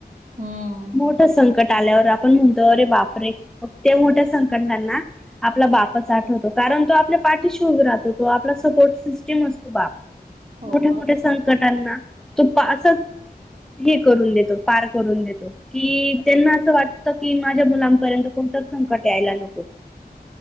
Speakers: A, on the right; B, in the centre.
A: हं.
B: मोठं संकट आल्यावर आपण म्हणतो अरे बापरे मग ते मोठ्या संकट संकटांना आपला बापच आठवतो कारण तो आपल्या पाठीशी उभा राहतो तो आपला सपोर्ट सिस्टम असतो बाप
A: हो,
B: मोठ्या मोठ्या
A: आपलं
B: संकटांना तो असच हे करून देतो पार करून देतो की त्यांना असं वाटत की माझ्या मुलांपर्यंत कोणतच संकट यायला नको